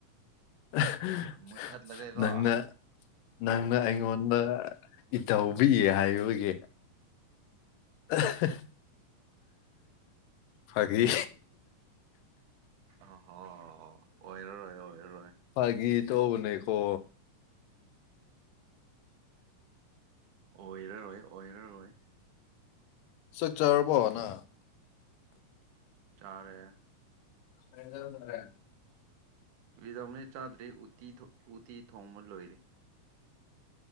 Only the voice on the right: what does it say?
ꯃꯨꯠꯊꯠꯂꯒꯦꯀꯣ
ꯑꯍꯣ ꯑꯣꯏꯔꯔꯣꯏ ꯑꯣꯏꯔꯔꯣꯏ
ꯑꯣꯏꯔꯔꯣꯏ ꯑꯣꯏꯔꯔꯣꯏ
ꯆꯥꯔꯦ
ꯐꯥꯒꯤ ꯇꯧꯕꯅꯦ ꯆꯥꯗ꯭ꯔꯤ ꯎꯇꯤ ꯊꯣ ꯎꯇꯤ ꯊꯣꯡꯕ ꯂꯣꯏꯔꯦ